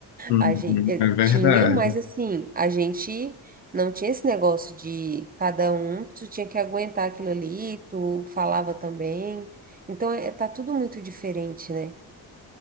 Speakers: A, on the left; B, on the right.
A: uhum,
B: A gente eh,
A: é verdade.
B: tinha, mas assim, a gente não tinha esse negócio de cada um, tu tinha que aguentar aquilo ali, tu falava também. Então, é, tá tudo muito diferente, né?